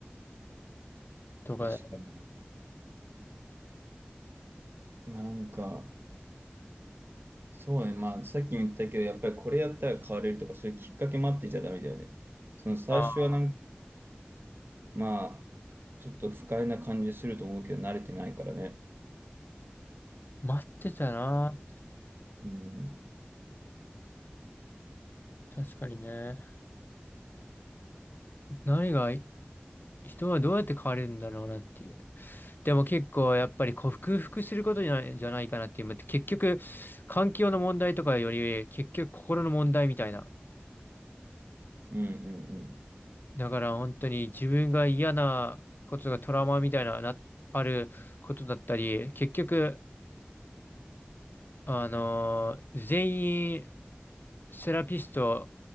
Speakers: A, on the left; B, on the right.
A: とか、
B: 確かにな。まあ、なんか、そうね、まあ、さっきも言ったけど、やっぱりこれやったら変われるとか、そういうきっかけ待ってちゃダメだよね。その最初はなんか
A: ああ、
B: まあ、ちょっと不快な感じすると思うけど、慣れてないからね。
A: 待ってたな。
B: うん、
A: 確かにね。何が人はどうやって変われるんだろうなっていう。でも結構やっぱり克服することじゃない、じゃないかなっていう。結局、環境の問題とかより、結局心の問題みたいな。
B: うん、うん
A: だから本当に自分が嫌なことがトラウマみたいな、な、あることだったり、結局、あのー全員セラピスト